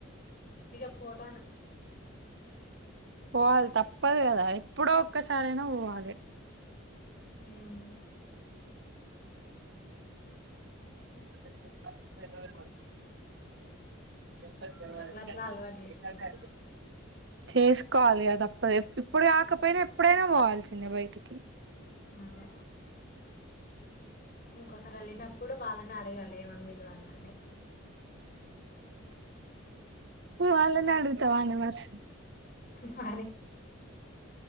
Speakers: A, on the left; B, on the right.
A: ఇగ పోతాన
B: పోవాల్ తప్పదు గదా ఎప్పుడో ఒక్కసారైనా పోవాలె
A: హ్మ్
B: <unintelligible> <unintelligible>
A: ఇంకా అట్లా అట్లా అలవాటు చేసుకున్నా
B: చేసుకోవాలి ఇగ తప్పది ఇప్పుడు కాకపోయినా ఎప్పుడైనా పోవాల్సిందే బయటికి
A: అదే ఇంకోసారి వెళ్ళినప్పుడు వాళ్ళనె అడగాలి ఏమన్ విలవాల్ని అని
B: వాళ్లనే అడుగుతవనే వార్స్
A: మ